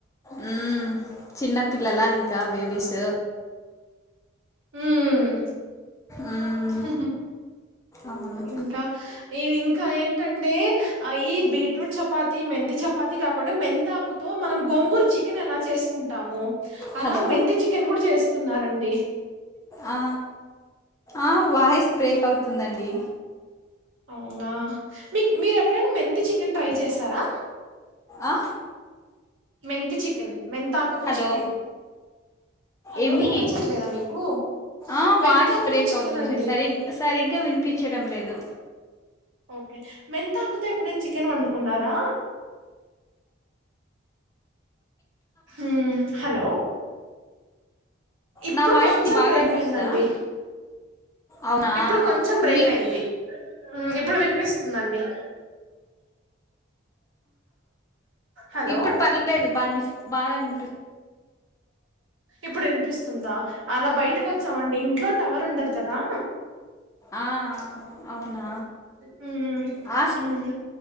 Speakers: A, on the left; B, on the right.
A: ఉమ్ చిన్న పిల్లలా ఇ ఇంకా బేబీస్
B: ఉమ్
A: మ్మ్,
B: హుహు.
A: అవును
B: ఇంకా ఇవి ఇంకా ఏంటండె ఆ ఈ బీట్రూట్ చపాతి మెంతి చపాతి కాకుండా మెంతాకుతో మనం గోంగూరు చికెన్ ఎలా చేసుకుంటాము అలా
A: హలో
B: మెంతి చికెన్ కూడా చేస్ తున్నారండి
A: ఆ ఆ వాయిస్ బ్రేక్
B: ఉమ్
A: అవుతుందండి
B: అవునా మీక్ మీరు ఎప్పుడైనా మెంతి చికెన్ ట్రై చేశారా
A: ఆ
B: మెంతి చికెన్ మెంతాకుతో
A: హలో
B: చికెన్ హలో
A: ఏమి
B: వినిపించట్లేదా మీకు
A: ఆ
B: మెంతాకుతో
A: వాయిస్ బ్రేక్
B: చికెన్
A: అవుతుంది
B: అండి
A: సరి సరిగ్గా వినిపించడం లేదు
B: ఓకే మెంతాకుతో ఎప్పుడైనా చికెన్ వండుకున్నారా ఉమ్ హలో ఇప్పుడు
A: నా వాయిస్
B: కొంచెం
A: ని బాగా
B: బ్రేక్
A: అనిపిస్తుందా
B: అయిందండి
A: అవునా
B: ఇప్పుడు కొంచెం బ్రేక్
A: మీ
B: అయింది ఉమ్ ఇప్పుడు వినిపిస్తుందండి హలో
A: ఇప్పుడు పర్లేదు బా బాగాన్
B: ఇప్పుడు వినిపిస్తుందా అలా బయటకు వచ్చామండి ఇంట్లో టవర్ ఉండదు కదా
A: ఆ అవునా
B: హ్మ్
A: హాస్
B: హ్మ్